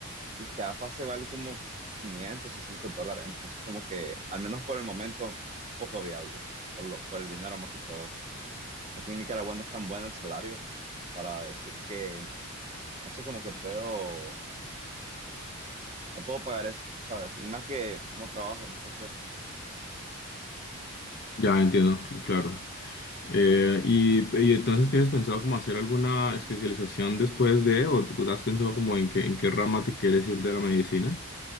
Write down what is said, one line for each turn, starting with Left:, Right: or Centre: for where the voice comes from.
Right: y cada fase vale como 500, 600 dólares. Entonces, como que, al menos por el momento, es poco viable, por lo, por el dinero más que todo. Aquí en Nicaragua no es tan bueno el salario para decir que, no sé, como que puedo, me puedo pagar eso, ¿sabes? Y más que no trabajo, entonces.
Left: Ya entiendo, cl- claro. Eh, y, y entonces tienes pensado como hacer alguna especialización después de, o tú has pensado como en qué, en qué rama te quieres ir de la medicina?